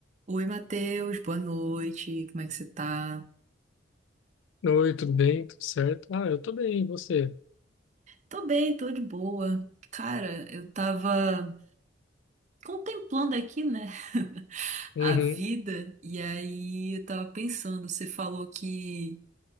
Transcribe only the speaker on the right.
Oi, Matheus, boa noite. Como é que você tá?
Tô bem, tô de boa. Cara, eu tava contemplando aqui, né, <laughs>
a vida, e aí eu tava pensando, você falou que